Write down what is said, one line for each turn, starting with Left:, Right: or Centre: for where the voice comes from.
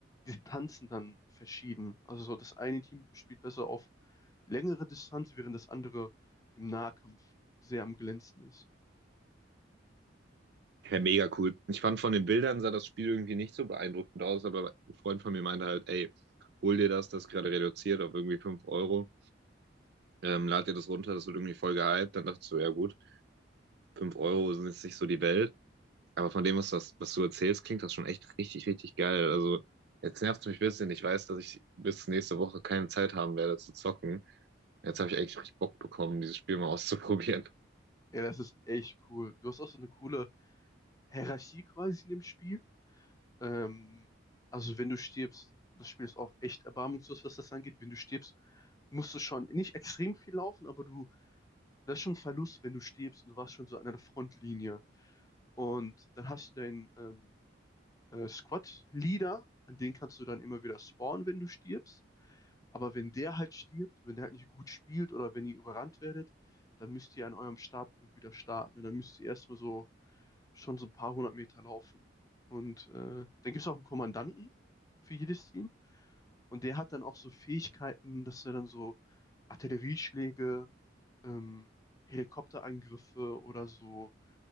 Left: Distanzen dann verschieden. Also so das eine Team spielt besser auf längere Distanz, während das andere im Nahkampf sehr am glänzen ist.
Right: Ja, mega cool. Ich fand von den Bildern sah das Spiel irgendwie nicht so beeindruckend aus, aber ein Freund von mir meinte halt, ey, hol dir das, das ist gerade reduziert auf irgendwie 5 Euro. Ähm, lad dir das runter, das wird irgendwie voll gehypt. Dann dachte ich so, ja gut, 5 Euro sind jetzt nicht so die Welt. Aber von dem, was, das, was du erzählst, klingt das schon echt richtig, richtig geil. Also jetzt nervt es mich ein bisschen. Ich weiß, dass ich bis nächste Woche keine Zeit haben werde zu zocken. Jetzt habe ich echt richtig Bock bekommen, dieses Spiel mal <laughs> auszuprobieren.
Left: Ja, das ist echt cool. Du hast auch so eine coole Hierarchie quasi in dem Spiel. Ähm, also wenn du stirbst, das Spiel ist auch echt erbarmungslos, was das angeht. Wenn du stirbst, musst du schon nicht extrem viel laufen, aber du, das ist schon ein Verlust, wenn du stirbst und du warst schon so an der Frontlinie. Und dann hast du deinen ähm, äh, Squad-Leader, an den kannst du dann immer wieder spawnen, wenn du stirbst. Aber wenn der halt stirbt, wenn der halt nicht gut spielt oder wenn ihr überrannt werdet, dann müsst ihr an eurem Startpunkt wieder starten. Und dann müsst ihr erstmal so schon so ein paar hundert Meter laufen. Und äh, dann gibt es auch einen Kommandanten für jedes Team. Und der hat dann auch so Fähigkeiten, dass er dann so Artillerieschläge, ähm, Helikopterangriffe oder so